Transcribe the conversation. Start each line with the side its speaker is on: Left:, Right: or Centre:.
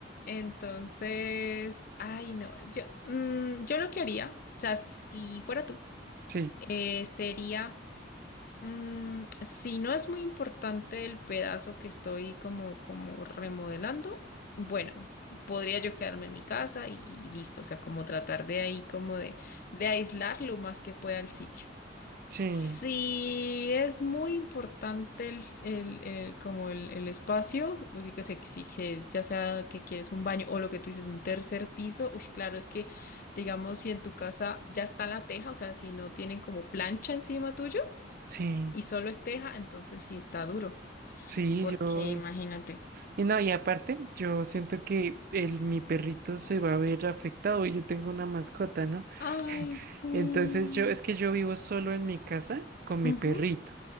Left: Entonces, ay, no, yo, mm, yo lo que haría, o sea, si fuera tú,
Right: Sí,
Left: eh, sería, mm, si no es muy importante el pedazo que estoy como, como remodelando, bueno, podría yo quedarme en mi casa y, y listo, o sea, como tratar de ahí, como de, de aislar lo más que pueda el sitio.
Right: sí,
Left: Sí, es muy importante el, el- el- como el, el espacio, uy, que se exige, ya sea que quieres un baño o lo que tú dices, un tercer piso. Uy, claro, es que, digamos, si en tu casa ya está la teja, o sea, si no tienen como plancha encima tuyo
Right: sí.
Left: y solo es teja, entonces sí está duro,
Right: Sí,
Left: porque
Right: yo...
Left: imagínate.
Right: es- Y no, y aparte, yo siento que el, mi perrito se va a ver afectado y yo tengo una mascota, ¿no?
Left: Ay,
Right: <laughs>
Left: sí.
Right: Entonces yo, es que yo vivo solo en mi casa con mi
Left: Ujú,
Right: perrito.